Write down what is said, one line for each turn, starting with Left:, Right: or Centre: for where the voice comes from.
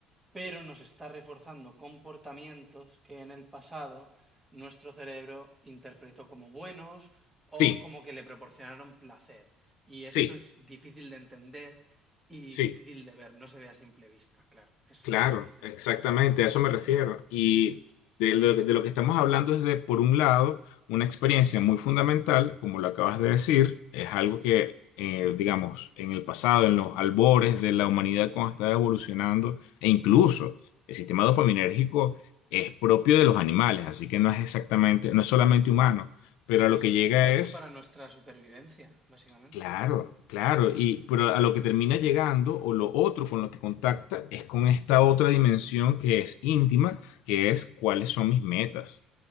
Centre: pero nos está reforzando comportamientos que en el pasado nuestro cerebro interpretó como buenos o
Left: sí,
Centre: como que le proporcionaron placer. Y esto
Left: sí.
Centre: es difícil de entender y
Left: Sí,
Centre: difícil de ver, no se ve a simple vista, claro, es
Left: Claro,
Centre: lo que tú dices.
Left: exactamente, a eso me refiero. Y de lo, de lo que estamos hablando es de, por un lado, una experiencia muy fundamental, como lo acabas de decir, es algo que, eh, digamos, en el pasado, en los albores de la humanidad cuando estaba evolucionando, e incluso el sistema dopaminérgico es propio de los animales, así que no es exactamente, no es solamente humano, pero
Centre: No,
Left: a lo
Centre: es-
Left: que llega
Centre: está hecho
Left: es
Centre: para nuestra supervivencia, básicamente.
Left: Claro, claro, y pero a lo que termina llegando o lo otro con lo que contacta es con esta otra dimensión que es íntima, que es cuáles son mis metas.